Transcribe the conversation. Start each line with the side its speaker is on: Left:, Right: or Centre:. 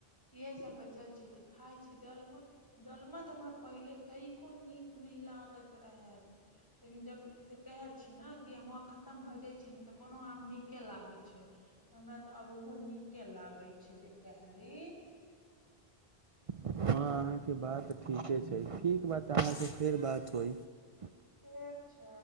Left: इहे सब बचल छै ते खाय छी दालमो दलमा तऽ हमरा पहिले तै कनिको नीक नहि लागत रेहैत लेकिन जब से कहे छी ने कि आम्मवा खतम भऽ जाय छै ने तऽ कोनो आम नीके लागे छै तऽ हमरा तऽ आब ओहो नीके लागै छै जे कहली
Right: हँ अहाँके बात ठीके छै ठीक बातऽ अहाँसँ फेर बात हो
Left: ठीक छ